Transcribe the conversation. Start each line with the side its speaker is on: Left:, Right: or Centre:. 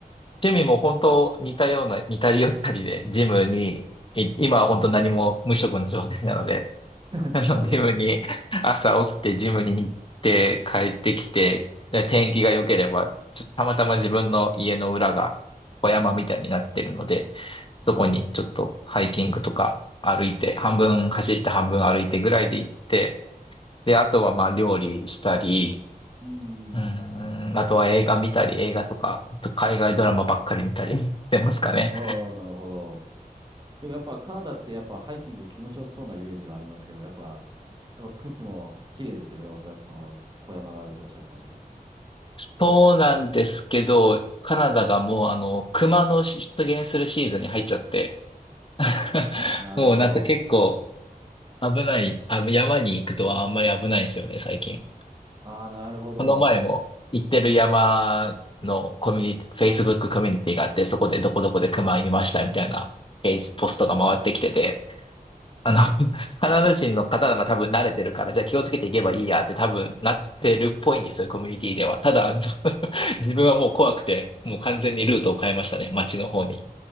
Left: 趣味も本当似たような、似たり寄ったりで、ジムに、い今は本当何も無職の状態なので、
Right: うん。<laughs>
Left: <laughs> あの、
Right: なるほど。
Left: ジムに、朝起きてジムに行って帰ってきて、で天気が良ければ、ちょっとたまたま自分の家の裏が小山みたいになってるので、そこにちょっとハイキングとか歩いて、
Right: は
Left: 半分走って半分歩いてぐらいで行って、で、あとはまあ料理したり、
Right: い。う
Left: うーん、
Right: ん。
Left: あとは映画見たり、映画とか、あと海外ドラマばっかり見たりしてますかね。
Right: ああ、なるほど。でもやっぱカナダってやっぱハイキング気持ちよさそうなイメージがありますけど、やっぱ、やっぱ空気も綺麗ですよね。おそらくその小山があるっておっしゃってましたけど。
Left: そうなんですけど、カナダがもうあの、熊の出現するシーズンに入っちゃって、<laughs>
Right: ああ、なるほど。
Left: もうなんか結構危ない、あ、山に行くとはあんまり危ないんですよね、最近。
Right: ああ、なるほど。
Left: この前も行ってる山のコミュニティ、Facebook コミュニティがあって、そこでどこどこで熊いましたみたいな、ページポストが回ってきてて、あの、<laughs> カナダ人の方なら多分慣れてるから、じゃあ気をつけていけばいいやって多分なってるっぽいんですよ、
Right: <laughs>
Left: コミュニティでは。ただ、あの <laughs> 自分はもう怖くて、もう完全にルートを変えましたね、街の方に。